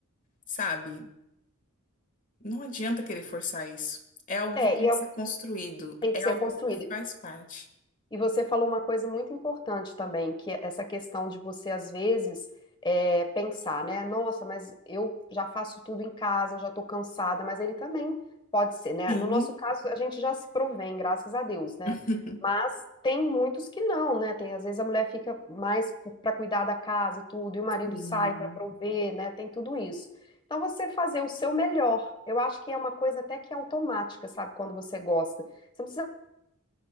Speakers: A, on the left (about 40°); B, on the left (about 20°).
A: sabe? Não adianta querer forçar isso. É algo
B: É,
A: que tem
B: e é,
A: que
B: o
A: ser
B: que
A: construído,
B: tem
A: é
B: que ser
A: algo
B: construído.
A: que faz parte.
B: E você falou uma coisa muito importante também, que é essa questão de você, às vezes, é, pensar, né? Nossa, mas eu já faço tudo em casa, eu já tô cansada, mas ele também pode ser, né?
A: Sim.
B: No nosso caso, a gente já se provém, graças a Deus, né?
A: <laughs>
B: Mas tem muitos que não, né? Tem, às vezes a mulher fica mais para cuidar da casa e tudo, e o marido
A: Sim.
B: sai para prover, né? Tem tudo isso. Então, você fazer o seu melhor. Eu acho que é uma coisa até que automática, sabe? Quando você gosta. Você não precisa